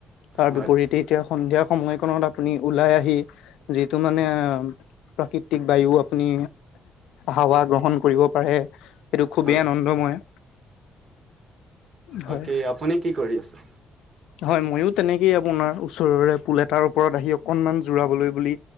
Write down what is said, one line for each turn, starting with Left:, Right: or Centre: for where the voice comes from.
Left: তাৰ
Right: হয়
Left: বিপৰীতে, এতিয়া সন্ধিয়া সময় কনত আপুনি ওলাই আহি যিটো মানে, প্ৰাকৃতিক বায়ু, আপুনি, হাৱা গ্ৰহণ কৰিব পাৰে। সেইটো খুবেই
Right: হয়
Left: আনন্দময়। হয়
Right: অ'! কি আপুনি কি কৰি আছে?
Left: হয়। মইয়ো, তেনেকেই আপোনাৰ, ওচৰৰে পুল এটাৰ ওপৰত আহি অকনমান জোৰাবলৈ বুলি